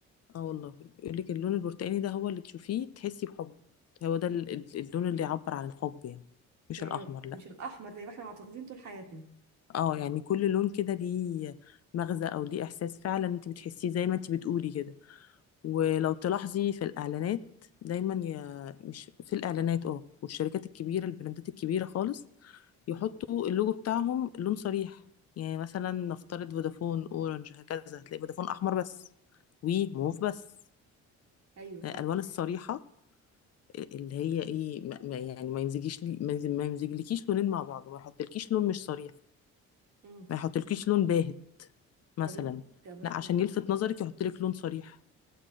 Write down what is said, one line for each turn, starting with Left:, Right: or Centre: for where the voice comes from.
Left: اه والله يقول لك اللون البرتقاني ده هو اللي تشوفيه تحسي بحب هو ده ال- ال- اللون اللي يعبر عن الحب يعني مش
Right: يعني
Left: الاحمر لا
Right: مش الاحمر زي ما احنا معتقدين طول حياتنا
Left: اه يعني كل لون كده ليه مغزى او ليه احساس فعلا انت بتحسيه زي ما انت بتقولي كده ولو تلاحظي في الإعلانات دايما ي... مش في الإعلانات اه والشركات الكبيرة البراندات الكبيرة خالص يحطوا اللوجو بتاعهم لون صريح يعني مثلا نفترض فودافون اورنج هكذا هتلاقي فودافون احمر بس وموف بس
Right: ايوه صح
Left: الالوان الصريحه اللي هي ايه ما ما- يعني ما يمزجيش لي ما يمز- ما يمزجلكيش لونين مع بعض ما يحطلكيش لون مش صريح
Right: مم.
Left: ما يحطلكيش لون باهت مثلا
Right: طب انت طب احنا
Left: لا عشان يلفت نظرك يحطلك لون صريح